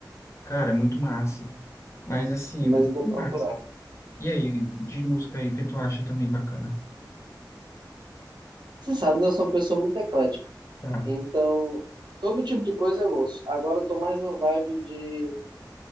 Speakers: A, on the left; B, on the right.
A: cara, é muito massa. Mas assim,
B: mas eu vou
A: mas-
B: procurar.
A: e aí, de música aí, o que tu acha também bacana?
B: Você sabe, né? Eu sou uma pessoa muito eclética,
A: Tá.
B: então todo tipo de coisa eu ouço. Agora eu tô mais na vibe de,